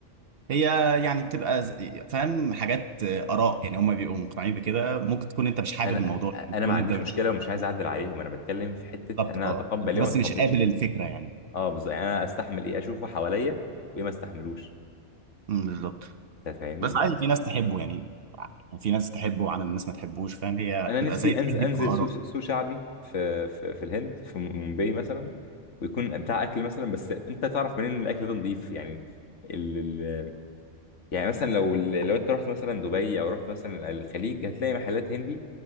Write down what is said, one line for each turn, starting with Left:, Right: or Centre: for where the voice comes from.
Right: هي يعني بتبقى ز- فاهم حاجات آه، آراء يعني هم بيبقوا مقتنعين بكده ممكن تكون انت مش حابب
Left: انا
Right: الموضوع
Left: آه،
Right: يعني
Left: انا
Right: تكون
Left: ما عنديش
Right: انت مش
Left: مشكله ومش عايز اعدل عليهم انا بتكلم في حته
Right: بالظبط
Left: انا
Right: اه
Left: اتقبل
Right: انت
Left: ايه
Right: بس
Left: وما اتقبلش
Right: مش قابل
Left: ايه
Right: الفكرة يعني
Left: اه بالظبط يعني انا استحمل ايه اشوفه حواليا وايه ما استحملوش
Right: أمم، بالظبط
Left: انت فاهمني
Right: بس عادي
Left: بس
Right: في ناس تحبه يعني يعني في ناس تحبه وعن الناس ما تحبوش فاهم هي
Left: انا
Right: تبقى
Left: نفسي
Right: زي
Left: انزل
Right: دي
Left: انزل
Right: بتبقى آراء
Left: سوق سوق شعبي في في في الهند في مومباي مثلا ويكون بتاع اكل مثلا بس انت تعرف منين ان الاكل ده نظيف يعني ال ال يعني مثلا لو ال- لو انت رحت مثلا دبي او رحت مثلا الخليج هتلاقي محلات هندي